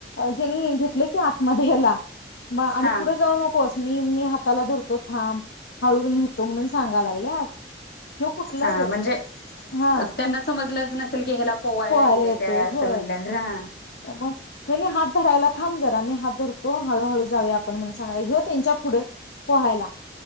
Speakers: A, on the left; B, on the left.
A: हेनी घेतले की आतमध्ये याला म आणि
B: हा
A: पुढं जाऊ नकोस. मी मी हाताला धरतो थांब हळू नेहतो म्हणून सांगा लागल्या. ह्यो कुठला
B: हा
A: ग
B: म्हणजे
A: हा
B: त्यांना
A: म्हणजे
B: समजलंच नसेल की हेला पोवायला
A: पोहायला
B: येतय
A: येतोय
B: त्या असं
A: होय
B: म्हटल्या, रा
A: मग त्यांनी हात धरायला थांब जरा, मी हात धरतो हळूहळू जाऊया आपण म्हणून सांगाय ह्यो तेंच्या पुढं पोहायला,